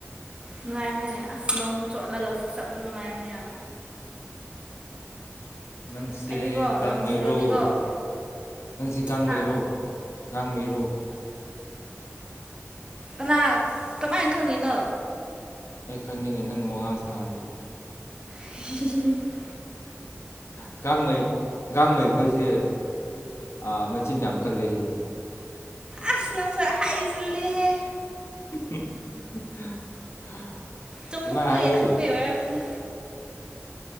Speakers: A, on the right (about 20°); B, on the left (about 70°).
A: ꯅꯨꯡꯉꯥꯏꯕꯅꯤꯅꯦ ꯑꯁ ꯅꯣꯡ ꯆꯣꯠꯂꯒ ꯆꯠꯄ ꯅꯨꯡꯉꯥꯏꯕꯅꯦ ꯌꯥꯝ
B: ꯅꯪꯁꯦ
A: ꯑꯩꯗꯤꯀꯣ
B: ꯒꯥꯡꯃꯩꯔꯧ
A: ꯅꯣꯡ ꯆꯨꯔꯗꯤꯀꯣ
B: ꯅꯪꯁꯦ ꯒꯥꯡꯃꯩꯔꯣ
A: ꯍꯥ
B: ꯒꯥꯡꯃꯩꯔꯣ
A: ꯀꯅꯥ ꯀꯃꯥꯏꯅ ꯈꯪꯉꯤꯅꯣ
B: ꯑꯩ ꯈꯪꯉꯤꯅꯦ ꯅꯪ ꯋꯥꯉꯥꯡ ꯁꯉꯥꯡꯗꯣ
A: <inaudible>
B: ꯥꯒꯥꯡꯃꯩ ꯒꯥꯡꯃꯩ ꯈꯣꯏꯁꯦ ꯑꯥ ꯃꯆꯤꯟ ꯌꯥꯝ ꯀꯜꯂꯦ ꯑꯩꯅꯤ
A: ꯑꯁ ꯅꯪꯁꯨ ꯍꯥꯏꯖꯤꯜꯂꯦꯍꯦ
B: <inaudible> <inaudible>
A: ꯆꯪꯊꯣꯛꯄꯒꯤ
B: ꯑꯗꯨꯃꯥꯏꯅ ꯍꯥꯏꯌꯦ
A: ꯈꯪꯕꯩ ꯌꯣꯏꯔꯝꯅꯤ